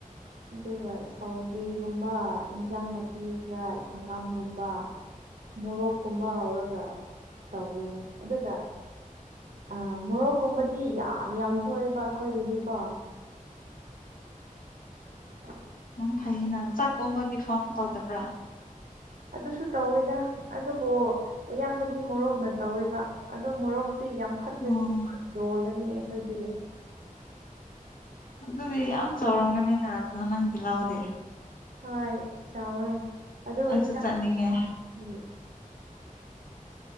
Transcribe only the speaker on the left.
ꯌꯥꯝ ꯐꯩꯌꯦꯅ ꯆꯥꯛꯀꯨꯝꯕꯒꯤ ꯐꯥꯝ ꯇꯧꯗꯕ꯭ꯔꯥ
ꯑꯣ
ꯑꯗꯨꯗꯤ ꯌꯥꯝ ꯆꯥꯎꯔꯝꯒꯅꯤꯅ ꯑꯗꯨꯅ ꯅꯪꯗꯤ ꯂꯥꯛꯑꯣꯗꯦ
ꯑꯩꯁꯨ
ꯆꯠꯅꯤꯡ ꯉꯦ